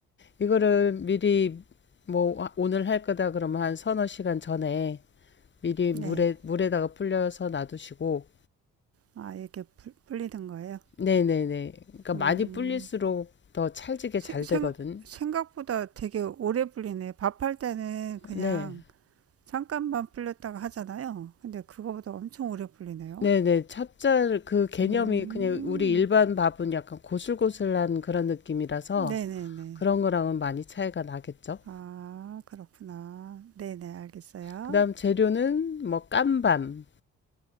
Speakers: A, on the left; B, on the right.
A: 이거를 미리 뭐 오늘 할 거다 그러면 한 서너 시간 전에 미리
B: 네.
A: 물에 물에다가 불려서 놔두시고
B: 아, 이렇게 불- 불리는 거예요?
A: 네네네. 그러니까 많이
B: 음,
A: 불릴수록 더 찰지게
B: 세-
A: 잘
B: 생,
A: 되거든.
B: 생각보다 되게 오래 불리네. 밥할 때는 그냥
A: 네.
B: 잠깐만 불렸다가 하잖아요. 근데 그거보다 엄청 오래 불리네요.
A: 네네. 찹쌀 그 개념이
B: 음,
A: 그냥 우리 일반 밥은 약간 고슬고슬한 그런 느낌이라서
B: 네네네.
A: 그런 거랑은 많이 차이가 나겠죠.
B: 아, 그렇구나. 네네, 알겠어요.
A: 그다음 재료는 뭐 깐밤,